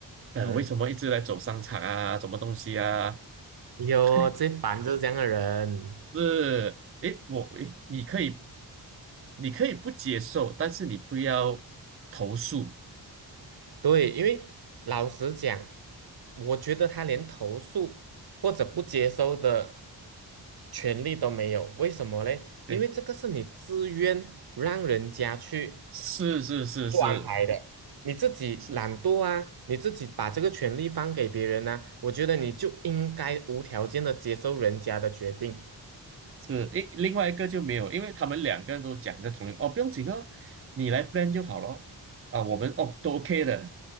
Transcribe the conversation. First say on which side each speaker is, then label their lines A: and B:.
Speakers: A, on the right; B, on the right.
A: 呃，
B: 嗯，
A: 为什么一直来走商场啊，什么东西啊？
B: 有最烦就是这样的人。
A: <laughs> 是，诶，我诶，你可以你可以不接受，但是你不要投诉。
B: 对，因为老实讲，我觉得他连投诉或者不接收的权利都没有。为什么嘞？因为这个是你自愿让人家去
A: 对。是是是是，
B: 做安排的，你自己懒惰啊，
A: 是
B: 你自己把这个权利放给别人呢、我觉得你就应该无条件的接受人家的决定，
A: 是，诶，另外一个就没有，因为他们两个人都讲在同一哦，不用紧哦，你来 plan 就好咯。啊，我们哦都 OK 的，